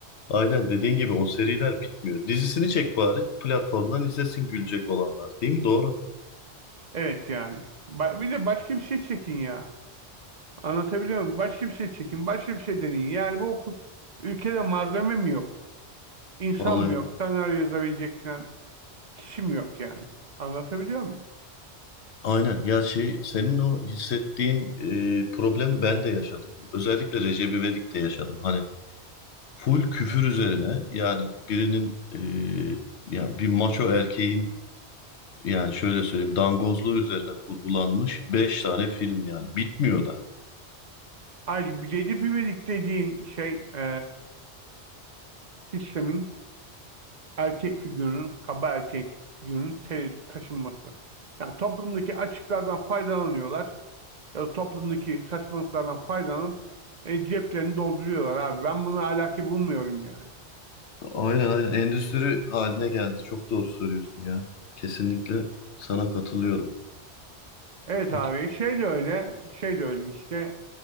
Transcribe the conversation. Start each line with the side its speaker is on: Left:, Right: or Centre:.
Left: Aynen dediğin gibi o seriler bitmiyor. Dizisini çek bari platformdan izlesin gülecek olanlar değil mi? Doğru.
Right: Evet yani. Ba- Bir de başka bir şey çekin ya. Anlatabiliyor muyum? Başka bir şey çekin, başka bir şey deneyin. Yani bu oku- ülkede malzeme mi yok? İnsan
Left: Vallahi
Right: mı
Left: öyle.
Right: yok? Senaryo yazabilecek falan kişi mi yok yani? Anlatabiliyor muyum?
Left: Aynen ya şey senin o hissettiğin e, problem ben de yaşadım. Özellikle Recep İvedik'te yaşadım. Hani full küfür üzerine yani birinin e, ya bir maço erkeğin yani şöyle söyleyeyim dangozluğu üzerine kurgulanmış 5 tane film yani bitmiyor da.
Right: Ayrıca bir Recep İvedik dediğin şey e, sistemin erkek figürünün, kaba erkek figürünün te- taşınması. Yani toplumdaki açıklardan faydalanıyorlar. Ya da toplumdaki saçmalıklardan faydalanıp e, ceplerini dolduruyorlar abi. Ben bunu ahlaki bulmuyorum yani.
Left: Aynen aynen endüstri haline geldi. Çok doğru söylüyorsun ya. Kesinlikle sana katılıyorum.
Right: Evet
Left: Peki.
Right: abi şey de öyle, şey de öyle işte.